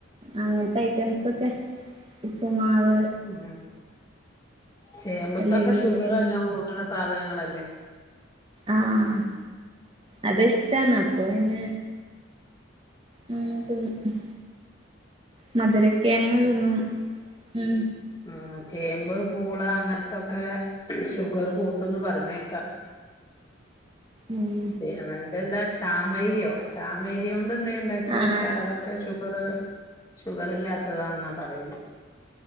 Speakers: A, on the right (about 25°); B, on the left (about 20°).
A: അങ്ങനത്തെ ഐറ്റംസ് ഒക്കെ ഉപ്പുമാവ്
B: ഉം ചേമ്പ്ത്തൊക്കെ
A: അല്ലെങ്കി
B: ഷുഗറ എല്ലാം കൂട്ടണ സാധനങ്ങളല്ലേ
A: ആഹ് അത് ഇഷ്ടാണ് അപ്പൊ പിന്നെ ഉം തിന്നും മധുരകെയങ്ങ് തിന്നും ഉം
B: ആഹ് ചേമ്പ് പൂള അങ്ങനത്തൊക്കെ ഷുഗർ കൂട്ടുംന്ന് പറഞ്ഞേക്കാ
A: ഉം
B: <unintelligible> എന്താ ചാമയരിയൊ ചാമയരി കൊണ്ട് എന്താ ഉണ്ടാക്കി
A: ആഹ്
B: കൊടുത്താൽ അത <unintelligible> ഷുഗറ് ഷുഗറ് ഇല്ലാത്തതാന്നാ പറയുന്നേ